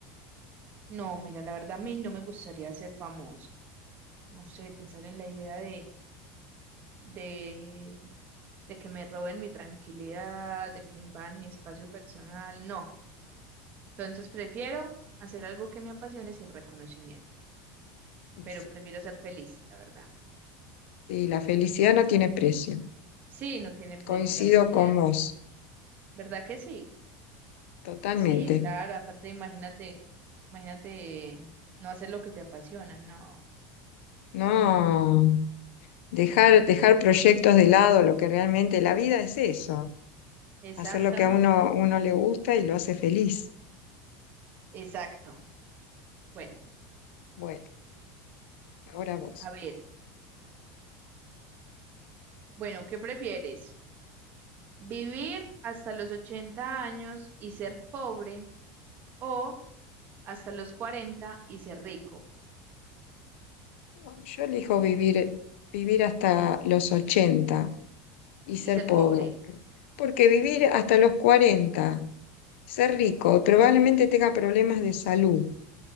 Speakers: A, on the right; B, on the left.
A: no, mira, la verdad a mí no me gustaría ser famosa. No sé, pensar en la idea de, de, de que me roben mi tranquilidad, de que invadan mi espacio personal. No. Entonces prefiero hacer algo que me apasione sin reconocimiento,
B: Y
A: pero
B: sí,
A: prefiero ser feliz, la verdad.
B: y la felicidad no tiene precio.
A: Sí, no tiene precio
B: Coincido
A: la felicidad.
B: con vos,
A: ¿Verdad que sí?
B: totalmente.
A: Sí, claro. Aparte, imagínate, imagínate no hacer lo que te apasiona. No,
B: No,
A: la verdad.
B: dejar, dejar proyectos de lado, lo que realmente la vida es eso,
A: Exactamente.
B: hacer lo que a uno, uno le gusta y lo hace feliz.
A: Exacto. Bueno,
B: Bueno, ahora vos.
A: a ver. Bueno, ¿qué prefieres? ¿Vivir hasta los 80 años y ser pobre o hasta los 40 y ser rico
B: No, yo elijo vivir, vivir hasta los ochenta. y ser
A: y ser
B: pobre.
A: pobre?
B: Porque vivir hasta los 40 ser rico, probablemente tenga problemas de salud.